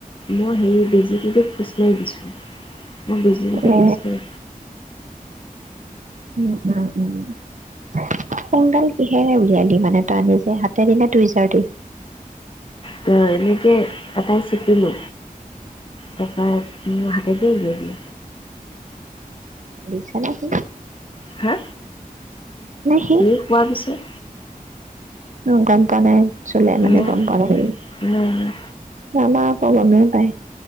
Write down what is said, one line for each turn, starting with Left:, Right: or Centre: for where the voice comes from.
Left: মই হেৰি বেজিকেইটো খুচৱাই দিছোঁ। মই বেজিতো
Right: এ
Left: খুছোৱাই।
Right: উম উম উম। <inaudible> সুং ডাল কিহেৰে উলিয়ালি দি মানে তই নিজে হাতে দি নে তুইজাৰ দি
Left: তো এনেকৈ এটাই চেপিলো তাপা মো হাতে দি উলিয়াই দি
Right: দিচেনে সি।
Left: হা
Right: সি
Left: সিয়ে শুৱা পিছত
Right: অ গম পোৱা নাই। চোলে মানে
Left: নাই
Right: গম পোৱা
Left: নাই
Right: <inaudible>
Left: নাই
Right: আমা গমেইও পায়,